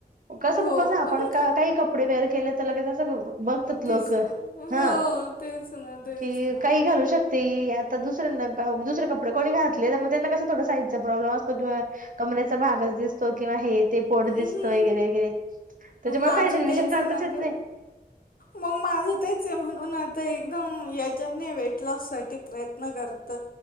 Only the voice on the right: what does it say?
कसं
मग कसं आपण का काही कपडे वेअर केले तर लगेचच सगळ बघतात लोक
हा
की
काही घालू शकते ही त दुसऱ्या <unintelligible> दुसरे कपडे कोणी घातले त मग त्यांना कस थोडा साईजचा प्रॉब्लेम असतो. किंवा कमरेचा भाग दिसतो किंवा हे ते पोट
दिसतं वगैरे, वगैरे, त्याच्यामुळे
फॅशन विशन
करताच
येत
<inaudible>